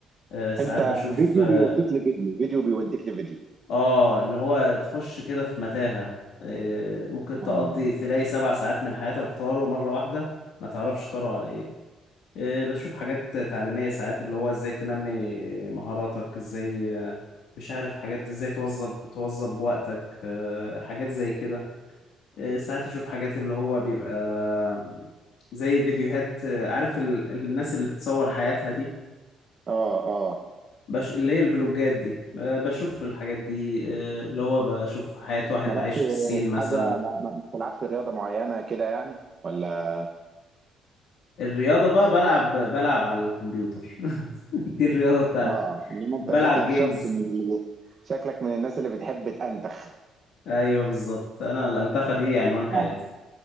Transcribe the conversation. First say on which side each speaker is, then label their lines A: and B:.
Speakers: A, on the left; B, on the right.
A: آه، ساعات
B: انت
A: بشوف
B: فيديو
A: اه
B: بيوديك لفيديو فيديو بيوديك لفيديو
A: آه، اللي هو تخش كده في متاهه آه، ممكن تقضي
B: اه
A: تلاقي سبع ساعات من حياتك طاروا مره واحده ما تعرفش طاروا على ايه آه، بشوف حاجات تعليميه ساعات اللي هو ازاي تنمي مهاراتك ازاي آه، مش عارف حاجات ازاي توظب توظب وقتك آه، حاجات زي كده آه، ساعات اشوف حاجات اللي هو بيبقى زي فيديوهات آه، عارف ال... الناس اللي بتصور حياتها دي
B: اه آه.
A: بش... اللي هي الفلوجات دي آه، بشوف الحاجات دي آه، اللي هو بشوف حياة واحد
B: مالكش
A: عايش في الصين
B: في
A: مثلا
B: حاجة ما ما- ما بتلعبش رياضة معينة كده يعني ولا
A: الرياضة بقى بلعب بلعب على الكمبيوتر <laughs> دي الرياضة بتاعتي
B: اه انما انت
A: بلعب
B: شكلك
A: جيمز
B: شخص من اللي شكلك من الناس اللي بتحب تأنتخ
A: ايوه بالظبط انا الانتخة دي عنوان حياتي
B: اه